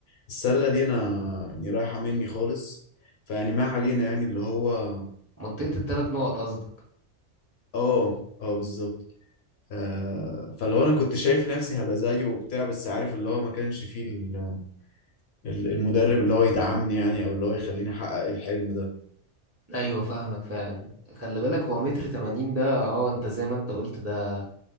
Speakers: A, on the left (about 65°); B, on the right (about 20°).
A: السلة دي أنا يعني رايحة مني خالص فيعني ما علينا يعني اللي هو آه
B: منطقة التلات نقط قصدك
A: آه آه، بالظبط آه فلو أنا كنت شايف نفسي هبقى زيه وبتاع بس عارف اللي هو ما كانش فيه ال- ال- المدرب اللي هو يدعمني يعني أو اللي هو يخليني أحقق الحلم ده
B: ايوه فاهمك فعلا خلي بالك هو متر تمانين ده اه انت زي ما انت قلت ده